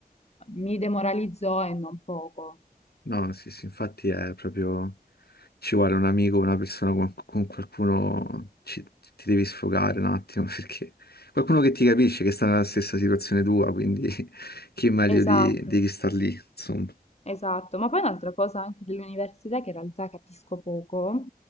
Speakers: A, on the left; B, on the left.
A: mi demoralizzò e non poco.
B: No, sì, sì, infatti è proprio, ci vuole un amico, una persona con, con qualcuno, ci- ti devi sfogare un attimo <laughs> perché qualcuno che ti capisce, che sta nella stessa situazione tua, quindi <laughs> chi meglio
A: Esatto.
B: di, di chi sta lì, insomma.
A: Esatto, ma poi un'altra cosa anche dell'università che in realtà capisco poco,